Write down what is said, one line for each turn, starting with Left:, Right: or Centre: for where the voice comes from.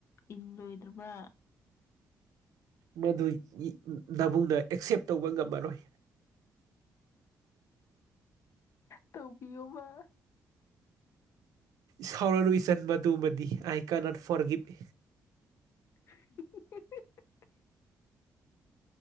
Left: ꯏꯜꯂꯣꯏꯗ꯭ꯔꯤꯕ꯭ꯔꯥ
Right: ꯃꯗꯨ ꯅꯕꯨꯡꯅ ꯑꯦꯛꯁꯦꯞ ꯇꯧꯕ ꯉꯝꯃꯔꯣꯏ
Left: ꯇꯧꯕꯤꯌꯣꯕ
Right: ꯁꯥꯎꯔꯅꯨ ꯏꯆꯟ ꯃꯗꯨꯃꯗꯤ ꯑꯥꯏ ꯀꯅꯥꯠ ꯐꯣꯔ ꯒꯤꯞ
Left: <unintelligible>